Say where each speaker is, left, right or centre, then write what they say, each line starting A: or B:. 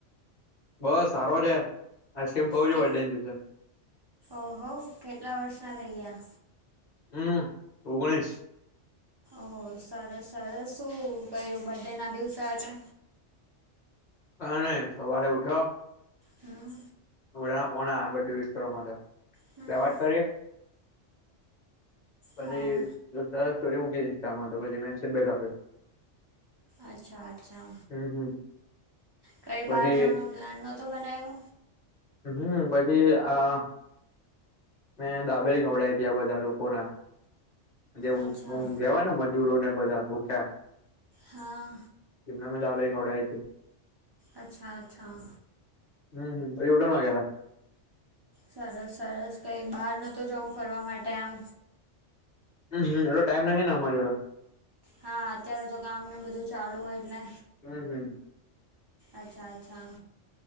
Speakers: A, on the left; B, on the right.
A: બસ સારો છે. આઈસ્ક્રીમ ખઉું છે
B: કે
A: બર્થડે ને દિવસે.
B: ઓહો કેટલા વર્ષ ના રૈયા?
A: હમ્મ, ઓગણીસ.
B: ઓ સરસ સરસ શું કર્યું બર્થડે ના દિવસે આજે?
A: અને સવારે ઉઠ્યો.
B: હમ્મ.
A: બધાં ના ફોન આયા બર્થડે વિશ કરવા માટે,
B: હમ
A: તે વાત કરી. પછી
B: હા
A: જે તે સ્ટોરી મૂકી દમાં તો પછી મેન્શન બેગ આપ્યું.
B: અચ્છા અચ્છા
A: હમ હમ
B: કઈ
A: પછી
B: બહાર જવાનો પ્લાન નતો બનાવ્યો?
A: હમ્મ, પછી આ મેં દાબેલી ખવડાય ત્યા બધા લોકો ના. જે હું
B: અચ્છા
A: હું ગેવાને મજ જૂર ને બધા પૂઠાં.
B: હા.
A: એમના મેં દાબેલી ખવડાઈ થી.
B: અચ્છા, અચ્છા.
A: હમ્મ, પછી હું તો માંગેલા.
B: સરસ સરસ કઈ બહાર નતો જવું ફરવા માટે આમ?
A: હમ્મ, હમ્મ એટલો ટાઈમ નહીને અમારે જોડે.
B: હા અત્યારે તો કામને બધું ચાલુ હોય એટલે
A: હમ હમ.
B: અચ્છા અચ્છા.